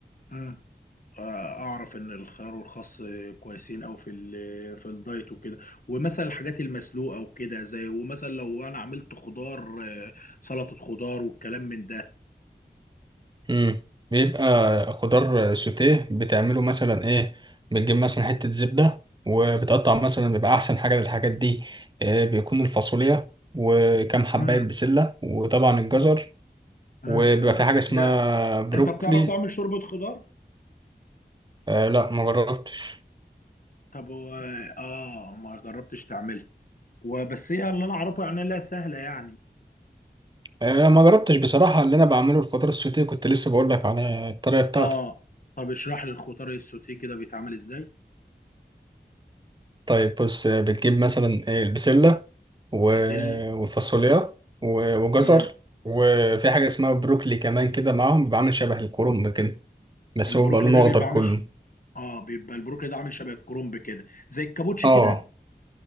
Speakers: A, on the left (about 55°); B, on the right (about 25°).
A: آه. آه، اعرف ان الخيار والخس كويسين او في ال- في الدايت وكده ومثلا الحاجات المسلوقه وكده زي ومثلا لو انا عملت خضار آه، سلطه خضار والكلام من ده
B: امم بيبقى خضار سوتيه بتعمله مثلا ايه بتجيب مثلا حتة زبدة وبتقطع مثلا بيبقى أحسن حاجة للحاجات دي إيه بيكون الفاصوليا وكم حباية
A: امم
B: بسلة وطبعا الجزر
A: امم
B: وبيبقى في حاجة اسمها
A: ده
B: بروكلي
A: انت بتعرف تعمل شوربه خضار
B: آه لا ما جربتش
A: طب و- اه ما جربتش تعملها وبس هي اللي انا اعرفه يعني لا سهله يعني
B: آه ما جربتش بصراحة اللي أنا بعمله الخضار السوتيه كنت لسه بقول لك على الطريقة بتاعته
A: اه طب اشرح لي الخضار السوتيه كده بيتعمل ازاي
B: طيب بص بتجيب مثلا البسلة و-
A: بسل
B: والفاصوليا و- وجزر
A: امم
B: وفي حاجة اسمها بروكلي كمان كده معاهم بيبقى عامل شبه الكرنب كده بس
A: البروكلي
B: هو بيبقى لونه
A: ده
B: أخضر
A: بيبقى
B: كله
A: عامل ش... اه بيبقى البروكلي ده عامل شبه الكرنب كده زي الكابوتشي
B: اه
A: كده